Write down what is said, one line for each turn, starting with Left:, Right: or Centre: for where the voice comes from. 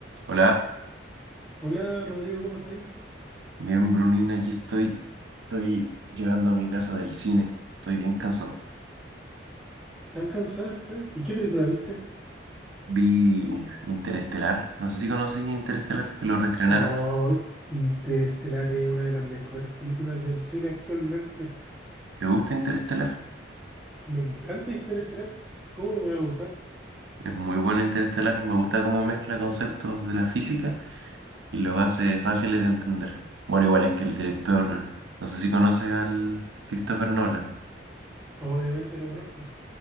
Right: Hola,
Centre: Hola Rodrigo, ¿cómo estáis?
Right: bien Brunina, aquí estoy. Estoy llegando a mi casa del cine. Estoy bien cansado.
Centre: ¿Tan cansado estáis? ¿Y qué película viste?
Right: Vi Interestelar. No sé si conoces Interestelar, que lo reestrenaron.
Centre: Oh, Interestelar es una de las mejores películas del cine actualmente.
Right: ¿Te gusta Interestelar?
Centre: Me encanta Interestelar. ¿Cómo no me va a gustar?
Right: Es muy bueno Interestelar. Me gusta cómo mezcla conceptos de la física y los hace fáciles de entender. Bueno, igual es que el director, no sé si conoces al Christopher Nolan.
Centre: Obviamente lo conozco.